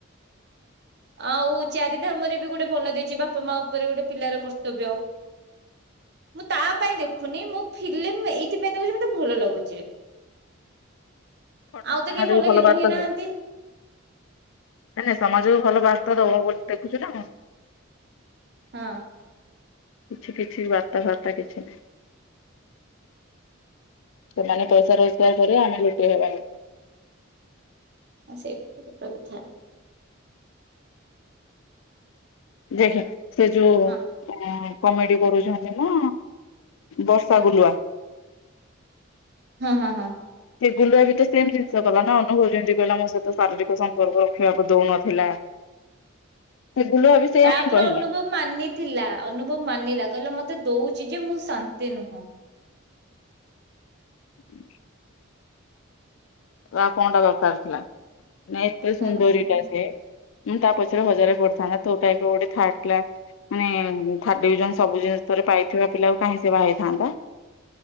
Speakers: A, on the right (about 55°); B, on the left (about 70°).
A: ଆଉ ଚାରିଧାମରେ ବି ଗୋଟେ ଭଲ ଦେଇଛି ବାପା ମା ଉପରେ ଗୋଟେ ପିଲାର କର୍ତ୍ତବ୍ୟ ମୁଁ ତା ପାଇଁ ଦେଖୁନି ମୁଁ ଫିଲ୍ମ ଏଇଥିପାଇଁ ଦେଖୁଛି ମତେ ଭଲ ଲାଗୁଛି।
B: <inaudible>
A: ଆଉ ତ କେହି
B: ଭଲ
A: ହିରୋ
B: ବାଟ
A: ହିଁ ନାହାନ୍ତି
B: ଦିଏ ନା ନା ସମାଜ କୁ ଭଲ ବାର୍ତା ଦେବ ବୋଲି ଦେଖୁଛୁ ନା।
A: ହୁଁ।
B: କିଛି କିଛି ବାର୍ତା ଫାର୍ତ୍ତା କିଛି ନାହିଁ। ସେମାନେ ପଇସା ରୋଜଗାର କରିବେ ଆମେ ଲୁଟେଇ ହେବା କ
A: ହ ସେଇଟା ତ ସତ କଥା।
B: ଦେଖେ ସେ ଯୋଉ
A: ହଁ
B: ଅଁ କମେଡି କରୁଛନ୍ତି ନା ବର୍ଷା ଗୁଲୁଆ।
A: ହଁ ହଁ ହଁ।
B: ସେ ଗୁଲୁଆ ବିତ ସେମ୍ ଜିନିଷ କଲା ନା ଅନୁଭବ ଯେମିତି କହିଲା ମୋ ସହିତ ଶାରୀରିକ ସମ୍ପର୍କ ରଖିବାକୁ ଦଉନଥିଲା। ସେ ଗୁଲୁଆ ବି ସେଇଆ
A: ତାପରେ
B: ହିଁ କହିଲା
A: ଅନୁଭବ ମାନିଥିଲା ଅନୁଭବ ମାନିଲା କହିଲା ମତ ମତେ ଦଉଛି ଯେ ମୁଁ ଶାନ୍ତି ନୁହଁ।
B: ହ ତ ଆଉ କଣ ଟା ଦରକାର ଥିଲା? ନାଇ ଏତେ ସୁନ୍ଦରୀଟା
A: ହଁ ହଁ
B: ସେ ମାନେ ତା ପଛରେ ହଜାରେ ପଡିଥାନ୍ତା ତୋ ଟାଇପ ର ଗୋଟେ ଥାର୍ଡ କ୍ଲାସ, ମାନେ ଥାର୍ଡ ଡିଭିଜନ ସବୁ ଜିନିଷ ରେ ପାଇଥିବା ପିଲା କୁ କାହିଁ ସେ ବାହା ହେଇଥାନ୍ତା।